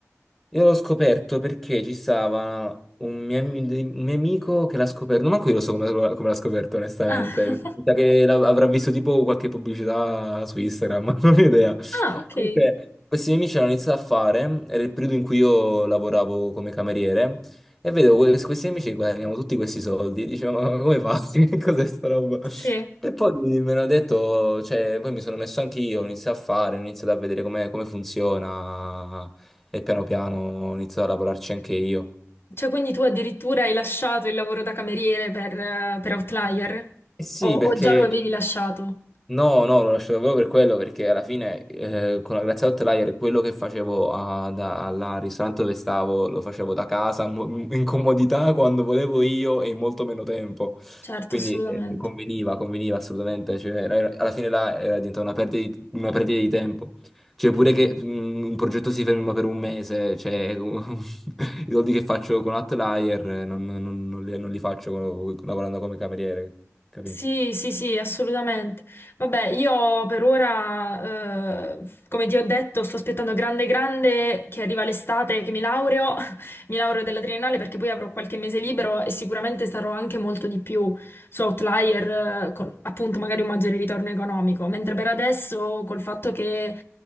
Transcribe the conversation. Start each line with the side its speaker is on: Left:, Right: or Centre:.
Centre: Io l'ho scoperto perché ci stava un mio, ami- dei- un mio amico che l'ha scoperto. Non manco io lo so come, lo- come l'ha scoperto, onestamente.
Left: Ah,
Centre: Mi sa che l'av- avrà visto tipo qualche pubblicità su Instagram, <laughs> non ho idea.
Left: ah, ok.
Centre: Comunque, questi miei amici hanno iniziato a fare, era il periodo in cui io lavoravo come cameriere, e vedevo que- questi miei amici che guadagnavano tutti questi soldi. Dicevo, ma come fatti? <laughs> Che cos'è sta roba?
Left: Sì.
Centre: E poi mi hanno detto, cioè, poi mi sono messo anch'io, ho iniziato a fare, ho iniziato a vedere come come funziona e piano piano ho iniziato a lavorarci anche io.
Left: Cioè, quindi tu addirittura hai lasciato il lavoro da cameriere per, eh, per Outlier?
Centre: Eh sì,
Left: O, o
Centre: perché...
Left: già lo avevi lasciato?
Centre: No, no, lo lascio proprio per quello, perché alla fine eh, con la Grazia Hotelier quello che facevo a- da- al ristorante dove stavo lo facevo da casa, mo- in comodità, quando volevo io e in molto meno tempo.
Left: Certo,
Centre: Quindi
Left: assolutamente.
Centre: eh, conveniva, conveniva assolutamente. cioè, era- alla fine là era diventata una perdita, di una perdita di tempo. Cioè pure che mm, un progetto si ferma per un mese, cioè <laughs> i soldi che faccio con Hotelier eh, non, non- non li, non li faccio con- lavorando come cameriere, capì?
Left: Sì, sì, sì, assolutamente. Vabbè, io per ora, eh, come ti ho detto, sto aspettando grande, grande che arriva l'estate, che mi laureo, <laughs> mi laureo della triennale perché poi avrò qualche mese libero e sicuramente sarò anche molto di più su Outlier, eh, con appunto magari un maggiore ritorno economico. Mentre per adesso, col fatto che